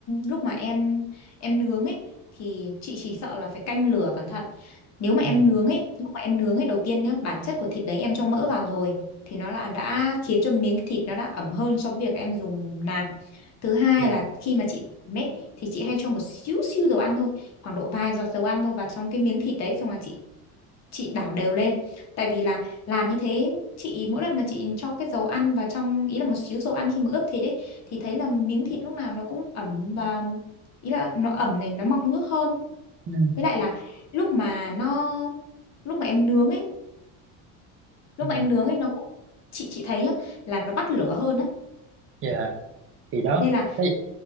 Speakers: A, on the left; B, on the right.
A: lúc mà em em nướng ấy thì chị chỉ sợ là phải canh lửa cẩn thận. Nếu mà em
B: ừ
A: nướng ấy, lúc mà em nướng ấy đầu tiên nhá, bản chất của thịt đấy em cho mỡ vào rồi thì nó là đã khiến cho miếng thịt nó đã ẩm hơn so với việc em dùng nạc. Thứ hai
B: dạ
A: là khi mà chị làm ấy thì chị hay cho một xíu xíu dầu ăn thôi, khoảng độ vài giọt dầu ăn thôi vào trong cái miếng thịt đấy xong là chị chị đảo đều lên tại vì là làm như thế chị mỗi lần mà chị cho cái dầu ăn vào trong ý là một xíu dầu ăn khi mà ướp thịt ấy thì thấy là miếng thịt lúc nào nó cũng ẩm và ý là nó ẩm này nó mọng nước hơn
B: ừ
A: với lại là lúc mà nó lúc mà em nướng ấy lúc
B: ừ
A: mà em nướng ấy nó cũng chị chị thấy nhá là nó bắt lửa hơn á
B: dạ thì đó
A: nên là
B: thế